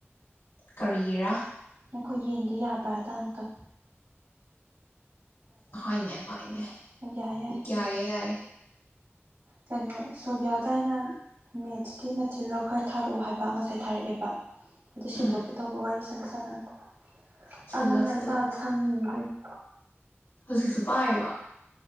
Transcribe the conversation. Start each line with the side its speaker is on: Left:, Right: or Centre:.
Left: ꯀꯔꯤꯒꯤꯔꯥ
Right: <inaudible> ꯅꯈꯣꯏ ꯌꯦꯡꯒꯦ ꯌꯥꯕ꯭ꯔꯥꯗꯥꯡ ꯑꯨꯛꯇꯪ
Left: ꯍꯣꯏꯅꯦ ꯍꯣꯏꯅꯦ
Right: ꯌꯥꯏ ꯌꯥꯏ
Left: ꯌꯥꯏꯌꯦ ꯌꯥꯏꯌꯦ
Right: ꯀꯩꯅꯣ ꯁꯤꯜꯕꯤꯌꯥꯗ ꯑꯩꯅ ꯃꯦꯠꯁꯀꯤ ꯃꯦꯇ꯭ꯔꯔꯤꯌꯦꯜ ꯈꯔ ꯊꯥꯔꯛꯑꯣ ꯍꯥꯏꯕ ꯉꯁꯥꯏ ꯊꯥꯔꯛꯑꯦꯕ ꯑꯗꯨ
Left: ꯎꯝ
Right: ꯁꯤꯟꯗꯣꯛꯀꯦ ꯇꯧꯕ ꯋꯥꯔꯤ ꯁꯥꯟꯅ <unintelligible>
Left: ꯁꯤꯜꯂꯣ
Right: ꯑꯉꯥꯡ
Left: ꯁꯤꯜꯂꯣ
Right: ꯂꯥꯏꯔꯤꯛ ꯄꯥꯕ ꯁꯪꯉꯤ ꯏꯕꯦꯝ <inaudible>
Left: ꯍꯧꯖꯤꯛꯁꯨ ꯄꯥꯔꯤꯕꫭ